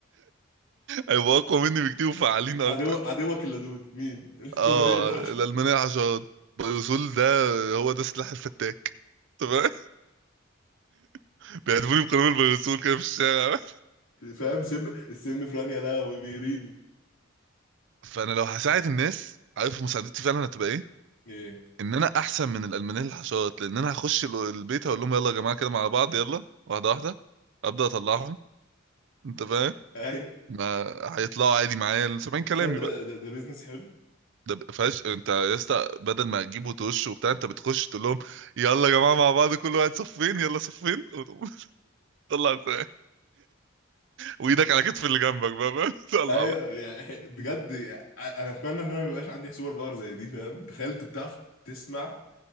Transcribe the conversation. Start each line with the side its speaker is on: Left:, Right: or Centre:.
Right: هيبقوا اقوى مني بكتير وفعالين اكتر
Left: عدوك عدوك اللدود مين؟ <laughs>
Right: اه
Left: المنيل الحشري
Right: الالمانيه حشرات بيروسول ده هو ده سلاح الفتاك تمام <laughs> بيهدفوني بقنابل البيروسول كده في الشارع
Left: فاهم سم السم في رانيا لا وبيريني
Right: <laughs> فانا لو هساعد الناس عارف مساعدتي فعلا هتبقى ايه
Left: ايه
Right: ان انا احسن من الالمانيه للحشرات لان انا هخش ال- البيت هقول لهم يلا يا جماعه كده مع بعض يلا واحده واحده ابدا اطلعهم انت فاهم
Left: ايوه
Right: ما هيطلعوا عادي معايا سامعين كلامي
Left: تصدق
Right: بقى.
Left: ده, ده, ده بيزنس حلو
Right: ده فاش انت يا اسطى بدل ما تجيبه وتوش وبتاع انت بتخش تقول لهم يلا يا جماعه مع بعض كل واحد صفين يلا صفين وتقوم <laughs> طلع الف- وايدك على كتف اللي جنبك بقى فاهم؟ <laughs> طلع
Left: ايوه
Right: بقى
Left: يعني بجد يعني انا اتمنى ان انا ما يبقاش عندي سوبر باور زي دي فاهم تخيل انت بتعرف تسمع